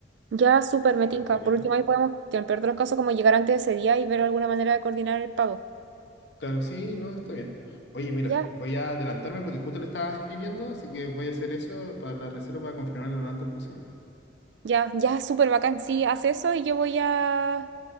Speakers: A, on the right; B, on the left.
A: Ya, súper, me
B: Parece
A: tinca.
B: bien.
A: Por último, ahí podemos, que en el peor de los casos, como llegar antes de ese día y ver alguna manera de coordinar el pago.
B: Claro, sí, no, está bien. Oye, mira,
A: Ya,
B: voy a adelantarme porque justo le estaba escribiendo, así que voy a hacer eso para la reserva para confirmarlo lo antes posible.
A: ya, ya, súper bacán. Sí, haz eso y yo voy a,